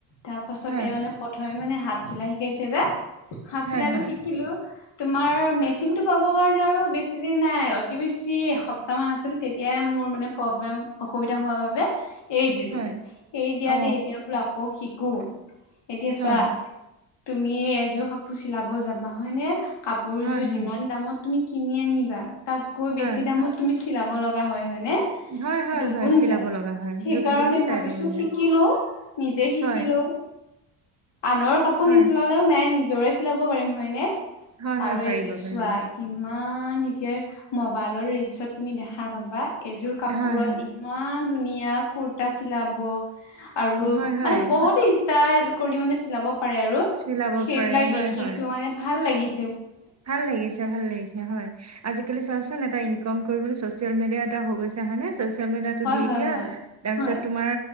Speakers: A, on the left (about 60°); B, on the right (about 35°).
A: তাৰ পাছতে
B: হয়
A: মানে প্ৰথমে মানে হাত চিলাই শিকাইছে যে হাত
B: হয়
A: চিলাইটো
B: হয়
A: শিকিলো। আমাৰ মেচিনটো পাবৰ কাৰণে আৰু বেছি দিন নাই। অতি বেছি এসপ্তাহমান আছিল তেতিয়াই মোৰ মোৰ মানে প্ৰব্লেম অসুবিধা হোৱাৰ বাবে এৰি দিলো।
B: হয়
A: এৰি দিয়াতে
B: অ
A: এতিয়া বোলো আকৌ শিকো এতিয়া
B: হয়
A: চোৱা তুমি এযোৰ কাপোৰ চিলাব যাবা হয়নে কাপোৰযোৰ
B: হয়
A: যিমান
B: হয়
A: দামত তুমি কিনি আনিবা তাতকৈ বেছি
B: হয়
A: দামত তুমি চিলাব লগা হয় হয়নে
B: হয় হয়
A: দুগুণ
B: হয় চিলাব
A: যায়
B: লগা হয়
A: সেইকাৰণে
B: দু- দুগুণ যায়
A: ভাবিছো
B: দুগুণ যায়
A: শিকিলও। নিজে শিকিলও।
B: হয়
A: আনৰ কাপোৰ
B: হয়
A: নিচিলালেও নাই নিজৰে চিলাব পাৰিম হয়নে।
B: হয়
A: আৰু
B: হয় পাৰিবা
A: এতিয়া চোৱা
B: পাৰিবা
A: কিমান কিমান এতিয়াইৰ মবাইলৰ ৰিলচত তুমি দেখা পাবা। এযোৰ কাপোৰত
B: হয় হয়
A: ইমান ধুনীয়া কুৰ্তা চিলাব। আৰু
B: হয় হয়
A: মানে বহুত ষ্টাইল কৰি মানে চিলাব পাৰে আৰু
B: চিলাব
A: সেইবিলাক
B: পাৰে হয়
A: দেখিছো
B: হয়
A: মানে ভাল লাগি
B: ভাল লাগিছে, ভাল লাগিছে হয়। আজিকালি চোৱাচোন এটা ইনকাম কৰিবলৈ চচিয়েল মিডিয়া এটা হৈ গৈছে হয় নে। চচিয়েল মিডিয়াটো
A: হয়
B: দি
A: হয়
B: দিয়া
A: হয়
B: তাৰ
A: হয়
B: পিছত তোমাৰ